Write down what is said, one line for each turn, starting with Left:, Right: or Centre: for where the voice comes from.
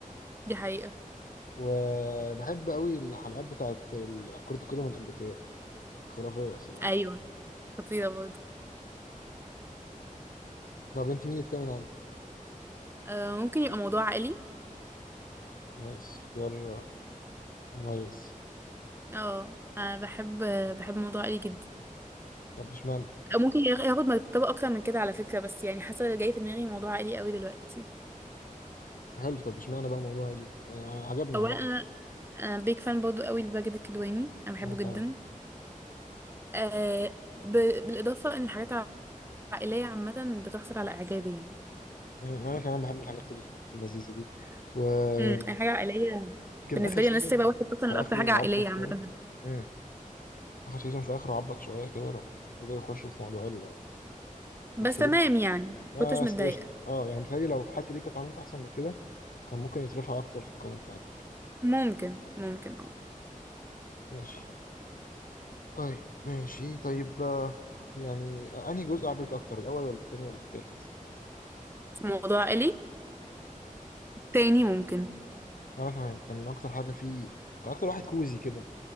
Right: دي حقيقه
Left: وبحب قوي الحلقات بتاعت ال- كره القدم الامريكيه خرافيه الصراحه
Right: ايوه خطيره برضه
Left: طب انت مين التامن عندك؟
Right: آه ممكن يبقى موضوع عائلي
Left: نايس اختيار آه، مميز
Right: اه انا بحب بحب موضوع عائلي جدا
Left: طب اشمعنى
Right: ممكن ياخ- ياخد مرتبة أكتر من كده على فكرة بس يعني حاسة اللي جاي في دماغي موضوع عائلي قوي دلوقتي
Left: حلو طب اشمعنى بقى موضوع ليه يعني أنا- عجبني
Right: أولا
Left: عامة
Right: أنا أنا بيك فان برضو قوي لماجد الكدواني أنا بحبه
Left: انا كمان
Right: جدا آه ب... بالإضافة إن الحاجات العائلية عامة بتحصل على إعجابي يعني
Left: انا كمان بحب الحاجات اللذيذة دي ويمكن
Right: امم أي حاجة عائلية بالنسبة
Left: اخر سيزون
Right: لي أنا لسه سايبة واحد أصلا
Left: في
Right: لأكتر
Left: اخره
Right: حاجة عائلية
Left: عبط شوية
Right: عامة
Left: مم. اخر سيزون في اخره عبط شوية كده لما بدأوا يخشوا في موضوع ال-
Right: بس
Left: الفلوس
Right: تمام يعني
Left: اه
Right: كنتش متضايقة
Left: قشطة اه يعني متهيألي لو الحتة دي كانت عملت احسن من كده كان ممكن يترفع اكتر في القائمة بتاعتي
Right: ممكن ممكن اه
Left: ماشي طيب ماشي طيب آه، يعني آه، انهي جزء عجبك اكتر الاول ولا التاني ولا التالت
Right: في موضوع عائلي تاني ممكن
Left: وانا كمان كان اكتر حاجه فيه كان اكتر واحد كوزي كده